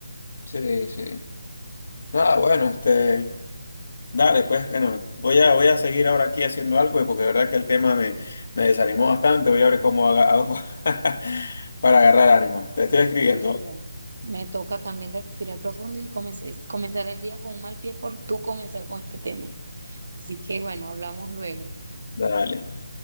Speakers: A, on the left (about 40°); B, on the right (about 55°).
A: Sí, sí. Nada, bueno, este, dale, pues, bueno, voy a, voy a seguir ahora aquí haciendo algo, porque de verdad que el tema me, me desanimó bastante, voy a ver cómo haga- hago <laughs> para agarrar ánimo. Te estoy escribiendo,
B: Leo, me toca también respirar profundo y comenz- es- comenzar el día con un mal pie por tú comenzar con este tema. Así que bueno, hablamos luego.
A: ¿vale? dale.